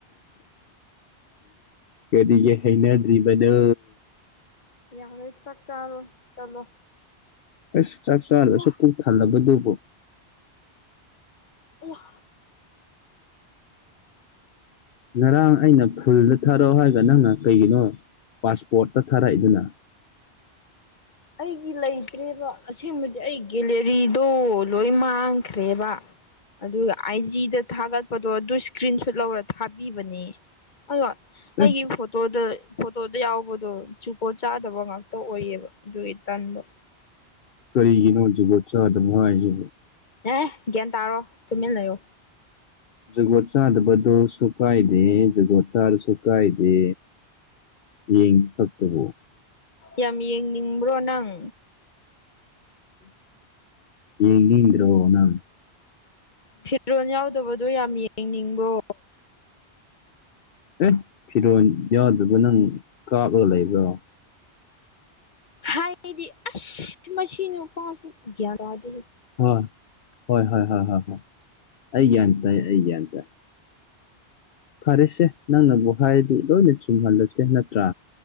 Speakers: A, on the left (about 60°); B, on the left (about 45°).
A: ꯀꯔꯤꯒ ꯍꯩꯅꯗ꯭ꯔꯤꯕꯅꯣ
B: ꯌꯥꯔꯦ ꯆꯥꯛ ꯆꯥꯔꯣ ꯆꯠꯂꯣ
A: ꯑꯩꯁ ꯆꯞ ꯆꯥꯂ
B: ꯑꯌꯥ
A: ꯁꯀꯨ ꯊꯜꯂꯒꯗꯧꯕꯣ
B: ꯋꯥ
A: ꯉꯔꯥꯡ ꯑꯩꯅ ꯐꯨꯜꯗ ꯊꯥꯔꯛꯑꯣ ꯍꯥꯏꯒ ꯅꯪꯅ ꯀꯩꯒꯤꯅꯣ ꯄꯥꯁꯄꯣꯔꯠꯇ ꯊꯥꯔꯛꯏꯗꯨꯅ
B: <unintelligible> ꯑꯩꯒꯤ ꯂꯩꯇ꯭ꯔꯦꯕ ꯑꯁꯦꯡꯕꯗꯤ ꯑꯩ ꯒꯦꯂꯔꯤꯗꯣ ꯂꯣꯏ ꯃꯥꯡꯈ꯭ꯔꯦꯕ ꯑꯗꯨ ꯑꯖꯤꯗ ꯊꯠꯄꯗꯨꯣ ꯑꯗꯨ ꯏꯁꯀ꯭ꯔꯤꯟ ꯁꯨꯠ ꯂꯧꯔ ꯊꯥꯕꯤꯕꯅꯤ ꯑꯣ ꯑꯩꯒꯤ
A: ꯑꯦ
B: ꯐꯣꯇꯣꯗ ꯐꯣꯇꯣꯗ ꯌꯥꯎꯕꯗꯣ ꯆꯨꯀꯣ ꯆꯥꯗꯕ ꯉꯥꯛꯇ ꯑꯣꯏꯌꯦꯕ ꯑꯗꯨꯒꯤ ꯇꯟꯗ
A: ꯀꯔꯤꯒꯤꯅꯣ ꯍꯧꯁꯨꯨꯕꯠ ꯆꯥ ꯑꯗꯨꯅꯨꯡꯉꯥꯏ
B: ꯑꯦ ꯒ꯭ꯌꯥꯟ ꯇꯥꯔꯣ ꯇꯨꯝꯃꯤꯟꯅ ꯂꯩꯔꯣ
A: ꯖꯒꯣ ꯆꯥꯗ ꯗꯨꯣ ꯁꯨꯀꯥꯏꯗꯦ ꯖꯒꯣ ꯆꯗ ꯁꯨꯀꯥꯏ ꯗꯦ ꯌꯦ ꯏ ꯁꯛꯇꯕꯨ
B: ꯌꯥꯝ ꯌꯦꯡꯅꯤꯡꯕ꯭ꯔꯣ ꯅꯪ
A: ꯌꯦ ꯀ꯭ꯔꯣꯅ
B: ꯐꯤꯔꯣꯜ ꯌꯥꯎꯗꯕꯗꯣ ꯌꯥꯝ ꯌꯦꯡꯅꯤꯡꯕ꯭ꯔꯣ
A: ꯑꯦ ꯐꯤꯔꯣꯜ ꯌꯥꯗꯕ ꯅꯪ ꯀꯥꯞꯂꯒ ꯂꯩꯕ꯭ꯔꯣ
B: ꯍꯥꯏꯗꯤ ꯑ ꯃ ꯀꯒꯗ
A: ꯍꯣꯏ ꯍꯣꯏ ꯍꯣꯏ ꯍꯣꯏ ꯍꯣꯏ ꯍꯣꯏ ꯑꯩ ꯒ꯭ꯌꯥꯟ ꯇꯥꯏ ꯑꯩ ꯒ꯭ꯌꯥꯟ ꯇꯥꯏ ꯐꯔꯁꯦ ꯅꯪꯅꯕꯨ ꯍꯥꯏꯔꯗꯤ ꯂꯣꯏꯅ ꯆꯨꯝꯍꯜꯂꯁꯦ ꯅꯠꯇ꯭ꯔꯥ